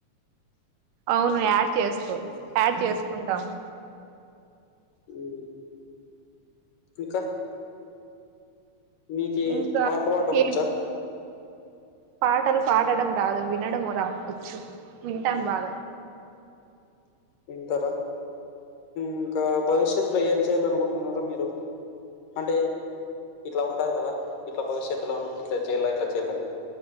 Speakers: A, on the right; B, on the left.
A: అవును యాడ్ చేసుకో
B: ఉమ్
A: యాడ్ చేసుకుంటాము
B: ఉ ఇంకా మీకి
A: ఇంకా
B: పాటలు పాడడం
A: ఏ
B: వచ్చా
A: పాటలు పాడడం రాదు వినడం రా వచ్చు వింటాన్ బాగా
B: వింటారా ఇంకా భవిష్యత్లో ఏం చేయాలనుకుంటున్నారూ మీరు అంటే ఇట్లా ఉంటుంది కదా ఇట్లా భవిష్యత్తులో ఇట్లా చెయాల ఇట్లా చేయాలని